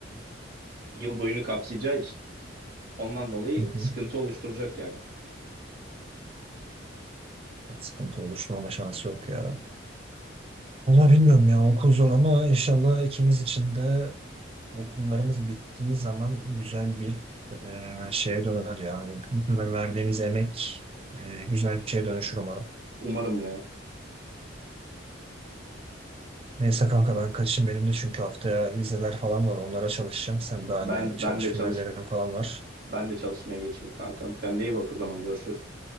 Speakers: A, on the right; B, on the right.
A: Yıl boyunu kapsayacağı için. Ondan dolayı
B: Hı hı.
A: sıkıntı oluşturacak yani.
B: Sıkıntı oluşturmama şansı yok ya. Valla bilmiyorum ya okul zor ama inşallah ikimiz için de okullarımız bittiği zaman güzel bir e, şeye döner ya. yani. Bu kadar verdiğimiz emek e, güzel bir şeye dönüşür umarım.
A: Umarım ya.
B: Neyse kanka ben kaçayım benim de çünkü haftaya vizeler falan var onlara çalışacağım. Sen de hani
A: Ben
B: çalış
A: ben de
B: finallerin
A: çalış
B: falan var.
A: ben de çalışmaya geçeyim kankam. Kendine iyi bak o zaman görüşürüz.